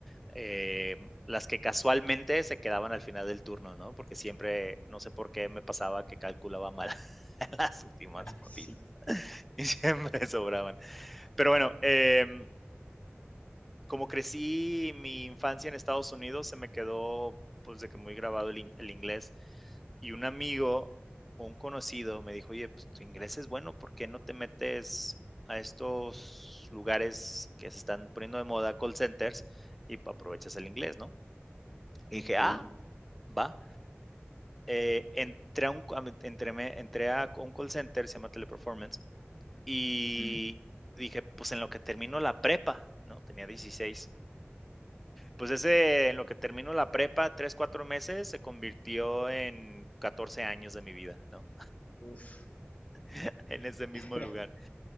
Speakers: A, in the centre; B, on the left.
A: Em, las que casualmente se quedaban al final del turno, ¿no? Porque siempre, no sé por qué me pasaba que calculaba mal <laughs> las últimas
B: Ah,
A: papitas
B: Sí,
A: y siempre sobraban. Pero bueno, em como crecí mi infancia en Estados Unidos, se me quedó pues de que muy grabado el, in- el inglés. Y un amigo, un conocido, me dijo, oye, pues tu inglés es bueno, ¿por qué no te metes a estos lugares que se están poniendo de moda, call centers, y pa- aprovechas el inglés, ¿no? Y
B: ok.
A: dije, ah, va. Eh, entré, a un, co- a me- entré, me- entré a un call center, se llama Teleperformance, y
B: Ujú.
A: dije, pues en lo que termino la prepa, ¿no? Tenía 16 Pues ese, en lo que termino la prepa, 3 4 meses, se convirtió en 14 años de mi vida, ¿no?
B: Uf.
A: <laughs> En ese mismo
B: <laughs>
A: lugar.